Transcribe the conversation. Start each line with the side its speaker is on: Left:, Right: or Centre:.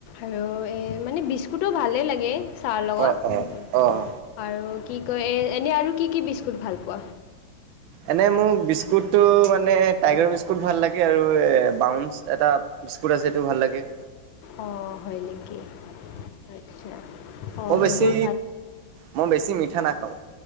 Left: আৰু এই মানে বিস্কুটো ভালেই লাগে ছাৰৰ লগত
Right: অঁ অঁ অঁ
Left: আৰু কি কয় এনে আৰু কি, কি বিস্কুট ভাল পোৱা?
Right: এনে মোক বিস্কুটটো মানে টাইগাৰ বিস্কুট ভাল লাগে আৰু এ বাউন্চ এটা বিস্কুট আছে সেইটো ভাল লাগে।
Left: অ, হয় নেকি আচ্ছা। অঁ
Right: ম
Left: সেইবোৰ
Right: বেছি মই বেছি মিঠা নাখাওঁ।